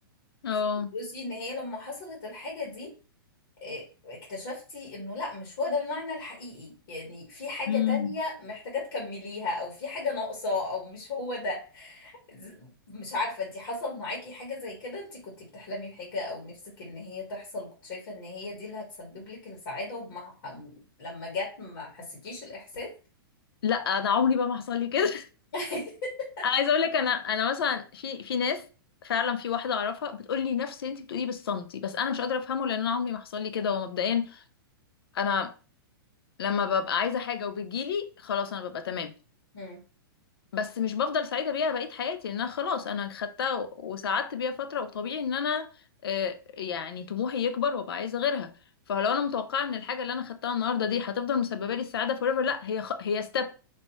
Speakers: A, on the left; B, on the left.
A: اه
B: فبصي ان هي لما حصلت الحاجة دي إيه، اكتشفتي انه لا مش هو ده المعنى الحقيقي يعني في حاجة
A: امم
B: تانية محتاجة تكمليها او في حاجة ناقصة او مش هو ده ز- مش عارفة انتي حصل معاكي حاجة زي كده انتي كنتي بتحلمي بحاجة او نفسك ان هي تحصل وكنت شايفة ان هي دي اللي هتسبب لك السعادة ومع لما جت ما حسيتيش الاحساس
A: لا انا عمري بقى ما حصل لي كده
B: <laughs>
A: انا عايزه اقول لك انا انا مثلا في في ناس فعلا في واحده اعرفها بتقول لي نفس اللي انت بتقوليه بالسنتي بس انا مش قادره افهمه لان انا عمري ما حصل لي كده ومبدئيا انا لما ببقى عايزه حاجه وبتجيلي خلاص انا ببقى تمام
B: امم
A: بس مش بفضل سعيده بيها بقيه حياتي لان انا خلاص انا خدتها و- وسعدت بيها فتره وطبيعي ان انا آه، يعني طموحي يكبر وابقى عايزه غيرها فلو انا متوقعه ان الحاجه اللي انا خدتها النهارده دي هتفضل مسببه لي السعاده فور ايفر لا هي خ... هي ستيب